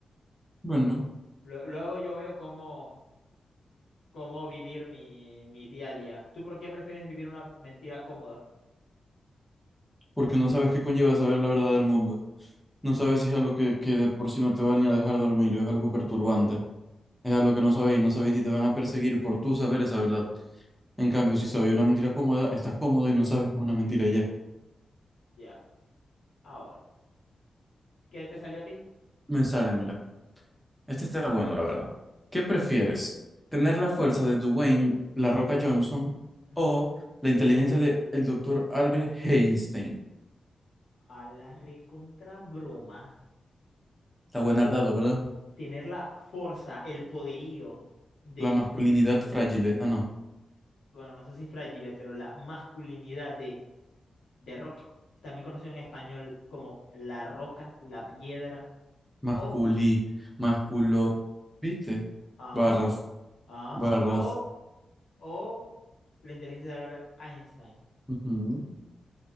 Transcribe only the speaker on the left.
Lue- Luego yo veo cómo, cómo vivir mi, mi día a día. ¿Tú por qué prefieres vivir una mentira cómoda?
Ya. Ah, bueno. ¿Qué te salió a ti?
Ujú.
A la recontra broma.
tener la fuerza, el poderío de,
bueno, no sé si frágil, pero la masculinidad de, de Rock, también conocido en español como la roca, la piedra,
o,
ah,
ah,
o, o la inteligencia de Albert Einstein,